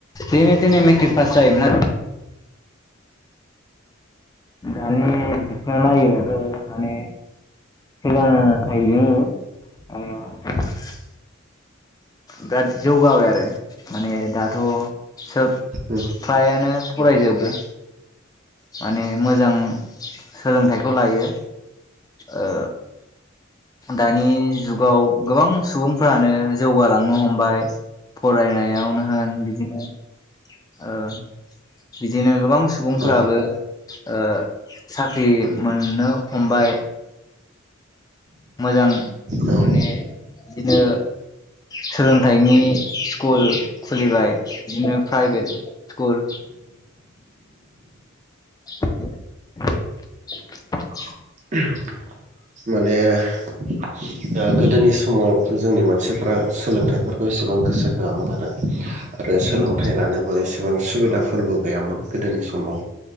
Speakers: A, on the left (about 20°); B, on the right (about 35°).
A: जेने तेने मेथ्रिक फास जायोमोन आरो। दानि बिथिङाव नायोबाथ' माने सोलोंथाइनि <unintelligible> बिराद जौगाबाय आरो माने दाथ सोब
B: उम
A: फ्रायानो फरायजोबो माने मोजां सोलोंथाइखौ लायो ओ दानि जुगाव गोबां सुबुं फोरानो जौगालांनो हमबाय फरायनायावनो होन बिदिनो ओ बिदिनो गोबां सुबुंफोराबो
B: औ
A: ओ साख्रि मोननो हमबाय मोजां
B: औ
A: माने बिदिनो सोलोंथाइनि स्कुल खुलिबाय बिदिनो प्राइभेट स्कुल <unintelligible>
B: <unintelligible> माने <unintelligible> ओ गोदोनि समाव जोंनि मानसिफ्रा सोलोंथाइफोरखौ एसेबां गोसो होआमोन आरो आरो सोलोंथाइ
A: उम
B: लानोबो एसे सेबां सुबिदाफोरबो गैयामोन गोदोनि समाव